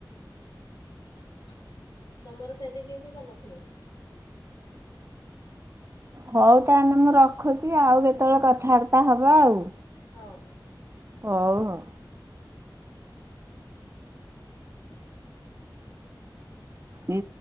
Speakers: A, on the left (about 60°); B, on the right (about 35°).
A: <inaudible> ତମର ସେଇଠି କେମିତି କଲ ଖୁ
B: ହଉ। ତାହେଲେ ମୁଁ ରଖୁଛି ଆଉ କେତେ କେତେବେଳେ କଥାବାର୍ତ୍ତା ହେବା ଆଉ।
A: ହଉ।
B: ହୋଉ ଆଉ। ନି